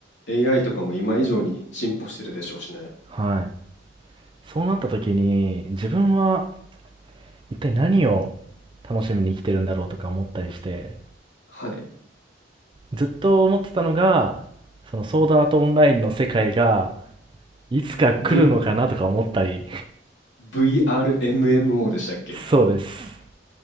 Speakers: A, on the left; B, on the right.
A: AI とかも今以上に進歩してるでしょうしね。
B: はい。そうなった時に、自分は一体何を楽しみに生きてるんだろうとか思ったりして、
A: はい。
B: ずっと思ってたのが、そのソードアートオンラインの世界が、いつか来るのかなとか思ったり。
A: V ブ VRMMO でしたっけ？
B: <laughs> そうです。